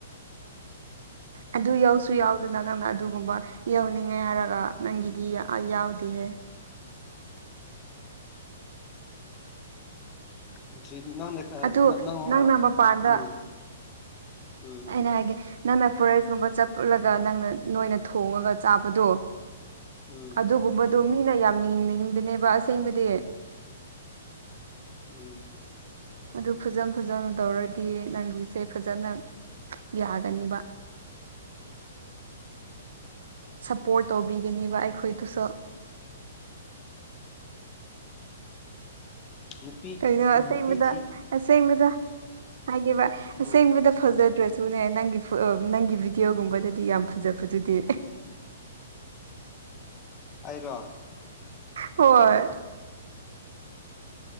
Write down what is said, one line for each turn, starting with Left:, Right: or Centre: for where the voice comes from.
Right: ꯑꯗꯨ ꯌꯧꯁꯨ ꯌꯥꯎꯗꯅ ꯅꯪꯅ ꯑꯗꯨꯒꯨꯝꯕ ꯌꯥꯎꯅꯤꯡꯉꯦ ꯍꯥꯏꯔꯒ ꯅꯥꯪꯒꯤꯗꯤ ꯌꯥꯎꯗꯦꯍꯦ
Left: ꯎꯝ ꯁꯤ ꯅꯪꯅ
Right: ꯑꯗꯨ
Left: ꯅꯪ
Right: ꯅꯪꯅ ꯃꯄꯥꯟꯗ
Left: ꯎꯝ ꯎꯝ
Right: ꯑꯩꯅ ꯍꯥꯏꯒꯦ ꯅꯪꯅ ꯐꯣꯔꯦꯁ ꯀꯨꯝꯕ ꯆꯠꯂꯒ ꯅꯪꯅ ꯅꯣꯏꯅ ꯊꯣꯡꯉꯒ ꯆꯥꯕꯗꯣ
Left: ꯎꯝ
Right: ꯑꯗꯨꯒꯨꯝꯕꯗꯨ ꯃꯤꯅ ꯌꯥꯝ ꯌꯦꯡꯅꯤꯡꯕꯅꯦꯕ ꯑꯁꯦꯡꯕꯗꯤ
Left: ꯎꯝ
Right: ꯑꯗꯨ ꯐꯖ ꯐꯖꯅ ꯇꯧꯔꯗꯤ ꯅꯪꯒꯤꯁꯦ ꯐꯖꯅ ꯌꯥꯒꯅꯤꯕ ꯁꯄꯣꯔꯠ ꯇꯧꯕꯤꯒꯅꯦꯕ ꯑꯩꯈꯣꯏꯗꯨꯁꯨ
Left: ꯅꯨꯄꯤ
Right: ꯀꯩꯅꯣ ꯑꯁꯦꯡꯕꯗ
Left: ꯅꯨꯄꯤ ꯊꯤ
Right: ꯑꯁꯦꯡꯕꯗ ꯍꯥꯏꯒꯦꯕ ꯑꯁꯦꯡꯕꯗ
Left: ꯎꯝ
Right: ꯐꯖꯗ꯭ꯔꯁꯨꯅꯦ ꯅꯪꯒꯤ ꯅꯪꯒꯤ ꯚꯤꯗꯤꯑꯣꯒꯨꯝꯕꯗꯗꯤ ꯌꯥꯝ ꯐꯖ ꯐꯖꯗꯦ
Left: ꯑꯩꯔꯣ
Right: ꯍꯣꯏ